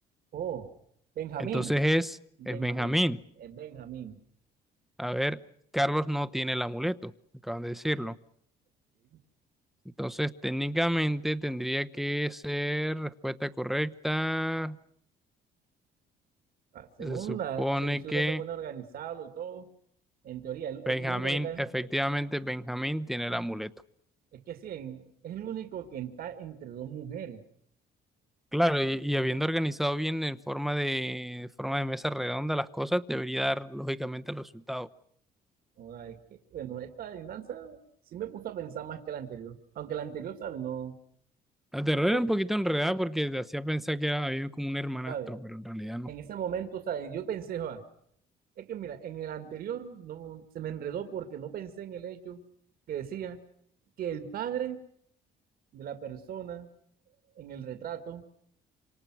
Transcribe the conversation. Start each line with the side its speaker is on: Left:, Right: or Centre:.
Right: Oh, Benjamín.
Centre: Entonces es,
Right: Benjamín,
Centre: es Benjamín.
Right: es Benjamín.
Centre: A ver, Carlos no tiene el amuleto, acaban de decirlo.
Right: Sí.
Centre: Entonces técnicamente tendría que ser respuesta correcta.
Right: Ah, Según
Centre: Se supone
Right: la, si, si uno
Centre: que
Right: se pone a organizarlo y todo, en teoría, el,
Centre: Benjamín,
Right: el único que está, en-
Centre: efectivamente
Right: eh,
Centre: Benjamín tiene
Right: eh,
Centre: el amuleto.
Right: es que sí, en- es el único que está entre dos mujeres.
Centre: Claro, y, y habiendo organizado bien en forma de, de forma de mesa redonda las cosas, debería dar lógicamente el resultado.
Right: O sea, es que, bueno, esta adivinanza sí me puso a pensar más que la anterior, aunque la anterior, ¿sabes? No,
Centre: La terror
Right: to-
Centre: era un poquito enredada porque te hacía pensar que era- había como un hermanastro,
Right: ¿sabes?
Centre: pero en realidad no.
Right: En ese momento, ¿sabes? Yo pensé, "Joa, es que mira, en el anterior no, se me enredó porque no pensé en el hecho que decía que el padre de la persona en el retrato